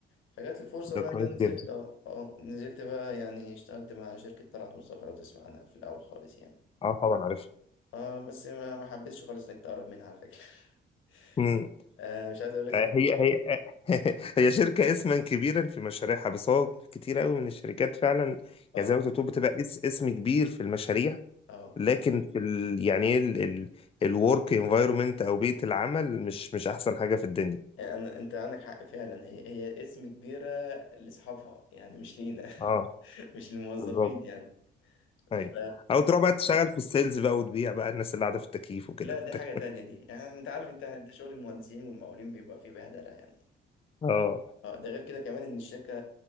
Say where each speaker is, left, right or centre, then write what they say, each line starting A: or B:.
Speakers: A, on the left (about 80°); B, on the left (about 30°).
A: فجات لي فرصه
B: ده
A: بقى
B: كويس
A: ان انا نزلت
B: جدا
A: اه آه، نزلت بقى يعني اشتغلت مع شركه طلعت مصطفى لو تسمع عنها في الاول خالص يعني
B: اه طبعا عارفها
A: اه بس ما ما حبيتش خالص انك تقرب منها على فكره <laughs>
B: مم.
A: آه مش عايز اقولك
B: آه، هي
A: إن-
B: هي <laughs> هي شركة اسما كبيرا في مشاريعها بس هو كتير قوي من الشركات فعلا
A: اه
B: يعني زي ما بتقول بتبقى اس اسم كبير في المشاريع
A: اه
B: لكن في ال يعني ايه الورك انفايرمنت او بيئة العمل مش مش احسن حاجة في الدنيا
A: يعني أنا أنت عندك حق فعلا هي هي اسم كبيرة لأصحابها يعني مش لينا
B: اه
A: <laughs> مش للموظفين
B: بالظبط
A: يعني
B: ايوه
A: ف
B: او تروح بقى تشتغل في السيلز بقى وتبيع بقى الناس اللي قاعدة في التكييف وكده
A: لا
B: وبتاع.
A: دي حاجة تانية
B: <laughs>
A: دي يعني أنت عارف أنت أنت شغل المهندسين والمقاولين بيبقى فيه بهدلة يعني
B: اه
A: أه ده غير كده كمان إن الشركة